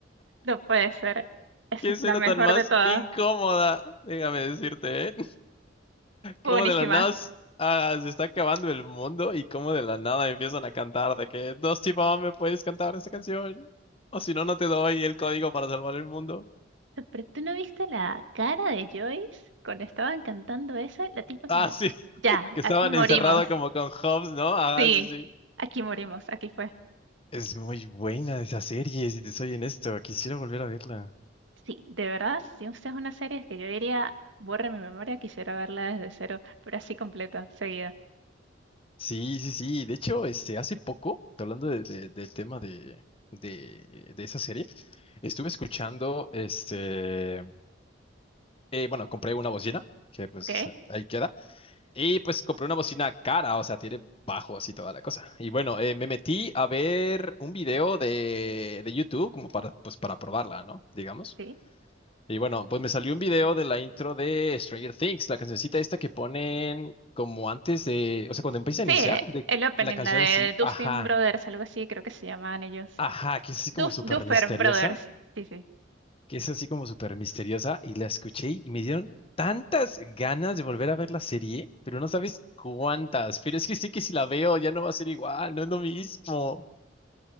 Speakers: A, on the right; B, on the left.
A: No puede ser. Esa
B: ¡Qué
A: es
B: escena
A: la mejor
B: tan más
A: de todas.
B: incómoda! Déjame decirte, ¿eh?
A: Fue
B: Como
A: buenísima.
B: de la nada s- ah, se está acabando el mundo y como de la nada empiezan a cantar de que dos tipos me puedes cantar esta canción o si no no te doy el código para salvar el mundo.
A: Pero tú no viste la cara de Joyce cuando estaban cantando esa, la tipa
B: Ah,
A: como,
B: sí, <laughs>
A: ya,
B: que
A: aquí
B: estaban
A: morimos.
B: encerrados como con Hobbs, ¿no? Ah,
A: Sí,
B: sí, sí.
A: aquí morimos, aquí fue.
B: Es muy buena esa serie, si te soy honesto, quisiera volver a verla.
A: Sí, de verdad, si usted es una serie que yo diría, borra mi memoria, quisiera verla desde cero, pero así completa, seguida.
B: Sí, sí, sí. De hecho, este, hace poco, hablando de- de- del tema de, de, de esa serie, estuve escuchando este eh, bueno, compré una bocina, que pues
A: ¿Ok?
B: a- ahí queda. Y pues compré una bocina cara, o sea, tiene bajos y toda la cosa. Y bueno, eh, me metí a ver un video de, de YouTube como para, pues, para probarla, ¿no? Digamos.
A: Sí.
B: Y bueno, pues me salió un video de la intro de Stranger Things, la cancioncita esta que ponen como antes de, o sea, cuando empieza
A: Sí,
B: a iniciar,
A: eh,
B: de
A: el opening,
B: la canción
A: la de
B: así,
A: Dustin
B: ajá,
A: Brothers, algo así, creo que se llamaban ellos.
B: ajá, que es así
A: Duf-
B: como súper
A: Duffer
B: misteriosa.
A: Brothers. Sí, sí.
B: que es así como súper misteriosa, y la escuché y me dieron tantas ganas de volver a ver la serie, pero no sabes cuántas, pero es que sé que si la veo ya no va a ser igual, no es lo mismo.